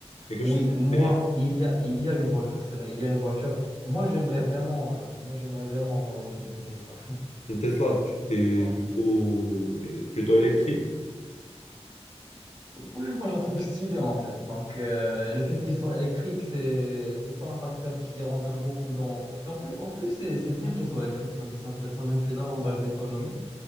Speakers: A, on the left; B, on the right.
A: quelque
B: Oui,
A: chose qui est
B: moi,
A: atteignable?
B: il y a, il y a une voiture, c'est vrai, il y a une voiture. Moi, j'aimerais vraiment, euh, moi, j'aimerais vraiment avoir une, une Tesla.
A: Une Tesla, tu t'es
B: Ouais.
A: du coup euh, plutôt électrique.
B: Ouais, moi, je la trouve stylée, en fait. Donc, euh, le fait qu'elle soit électrique, c'est, c'est pas un facteur qui rentre beaucoup dans... Et en plus, en plus c'est, c'est bien qu'elle soit électrique, ça, ça fait- ça me fait davantage d'économies.